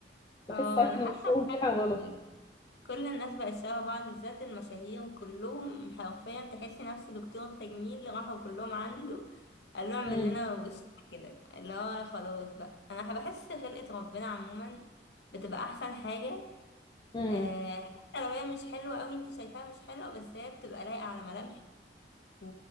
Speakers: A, on the left (about 25°); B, on the left (about 70°).
A: بحس
B: اه
A: ساعات
B: انا
A: إن
B: حاسه
A: وشهم
B: فعلا
A: في حاجة غلط
B: كل الناس بقت شبه بعض بالذات المشاهير كلهم حرفيا تحسي نفس دكتور التجميل اللي راحوا كلهم عنده قال له اعمل
A: امم
B: لنا وش كده اللي هو خلاص بقى انا بحس خلقه ربنا عموما بتبقى احسن حاجه
A: امم
B: آه، حتى لو هي مش حلوة أوي انت شايفاها مش حلوة بس هي بتبقى لايقة على ملامحك و...